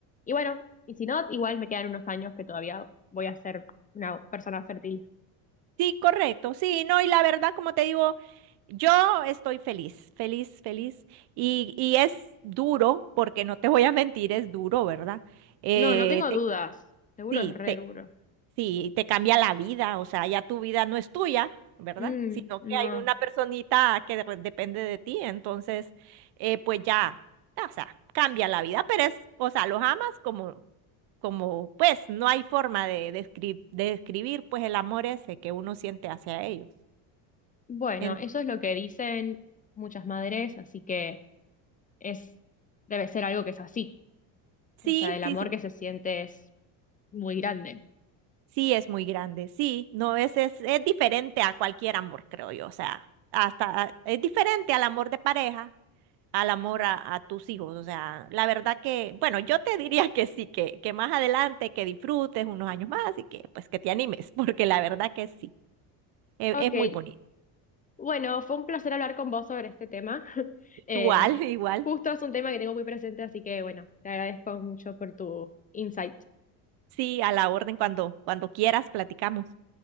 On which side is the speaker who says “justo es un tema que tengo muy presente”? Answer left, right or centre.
Left